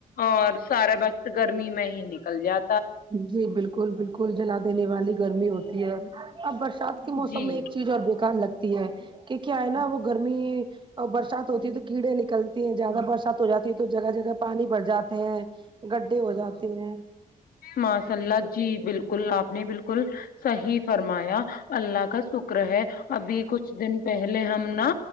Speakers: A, on the left; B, on the right.
A: اور سارا وقت گرمی میں ہی نکل جا
B: جی بالکل بالکل جلا دینے والی گرمی ہوتی ہے اب برسات کے موسم
A: جی
B: میں ایک چیز اور بے کار لگتی ہے کہ کیا ہے نا وہ گرمی اور برسات ہوتی ہے تو کیڑے نکلتی ہیں زیادہ برسات ہو جاتی ہے تو جگہ جگہ پانی بھر جاتے ہیں گڈھے ہو جاتے ہیں
A: ماشا للہ جی بالکل اپ نے بالکل صحیح فرمایا اللہ کا شکر ہے ابھی کچھ دن پہلے ہم نا